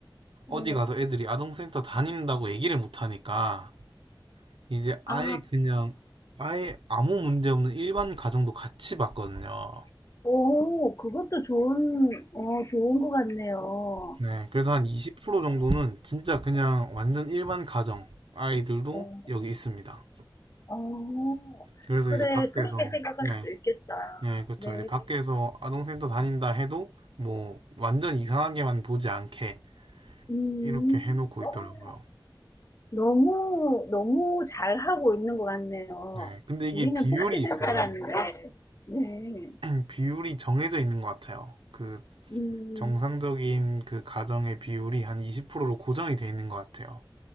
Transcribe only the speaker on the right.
어디
가서 애들이 아동센터 다닌다고 얘기를 못 하니까 이제 아예
그냥 아예 아무 문제 없는 일반 가정도 같이 봤거든요.
네, 그래서 한 20% 정도는 진짜 그냥 완전 일반 가정 아이들도
여기 있습니다.
그래서
이제 밖에서
네,
네, 그렇죠.
이제 밖에서 아동센터 다닌다 해도 뭐 완전 이상하게만 보지 않게
이렇게 해놓고
있더라고요.
네, 근데 이게
비율이
있어요.
음, 비율이 정해져 있는 것 같아요. 그
정상적인 그 가정의 비율이 한 20%로 고정이 돼 있는 것 같아요.